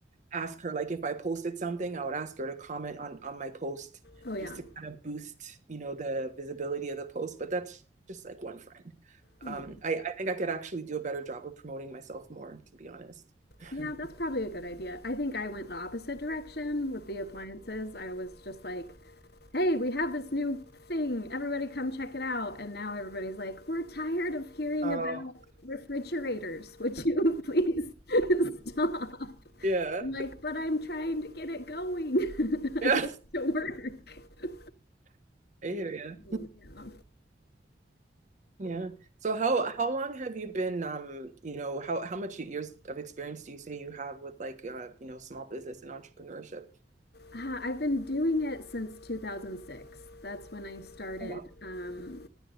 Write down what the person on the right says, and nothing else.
ask her, like if I posted something, I would ask her to comment on on my post
just to kind of boost, you know, the visibility of the post. But that's just like one friend.
Um, I, I think I could actually do a better job of promoting myself more, to be honest.
<laughs>
Oh,
yeah.
Yeah.
<laughs> I hear you.
Yeah. So how how long have you been um, you know, how how much years of experience do you say you have with like uh, you know, small business and entrepreneurship?
Oh wow.